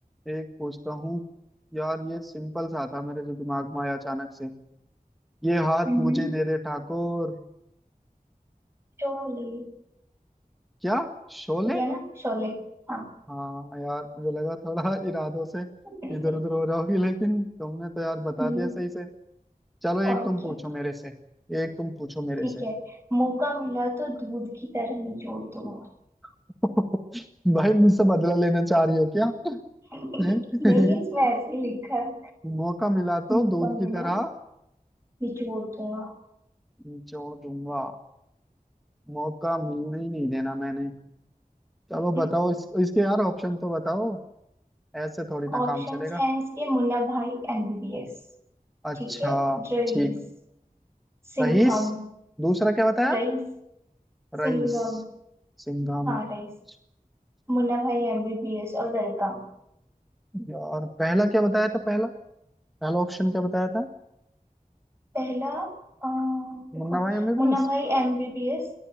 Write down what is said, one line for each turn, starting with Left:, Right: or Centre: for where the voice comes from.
Centre: एक पूछता हूँ यार ये सिंपल सा था मेरे जो दिमाग में आया अचानक से ये हाथ
Right: हम्म
Centre: मुझे दे दे ठाकुर
Right: शोले
Centre: क्या शोले
Right: सही है ना शोले हाँ
Centre: हाँ यार मुझे लगा थोड़ा <laughs> इरादों से
Right: <laughs>
Centre: इधर उधर हो जाओगी लेकिन तुमने तो यार बता
Right: हम्म,
Centre: दिया सही से चलो एक
Right: और
Centre: तुम
Right: क्या
Centre: पूछो मेरे से एक तुम पूछो मेरे
Right: ठीक
Centre: से
Right: है मौका मिला तो दूध की तरह निचोड़ दूंगा
Centre: <laughs> भाई मुझसे बदला लेना चाह रही हो क्या <laughs>
Right: <laughs> नहीं इसमें ऐसे ही लिखा है
Centre: मौका मिला
Right: मौका
Centre: तो दूध
Right: मिला
Centre: की तरह
Right: निचोड़ दूंगा
Centre: निचोड़ दूंगा मौका मिलने ही नहीं देना मैंने चलो बताओ
Right: <laughs>
Centre: इस, इसके यार ऑप्शन तो बताओ ऐसे थोड़ी ना
Right: ऑप्शंस
Centre: काम चलेगा
Right: हैं इसके मुल्ला भाई एमबीबीएस
Centre: अच्छा
Right: ठीक है रईस
Centre: ठीक
Right: सिंघम
Centre: रईस दूसरा क्या बताया
Right: रईस
Centre: राइस
Right: सिंघम
Centre: सिंघा में
Right: हाँ रईस
Centre: अच्छा
Right: मुन्ना भाई एमबीबीएस और वेलकम
Centre: यार पहला क्या बताया था पहला पहला ऑप्शन क्या बताया था
Right: पहला अ, रुको
Centre: मुन्ना भाई हमें
Right: मुन्ना
Centre: भी
Right: भाई एमबीबीएस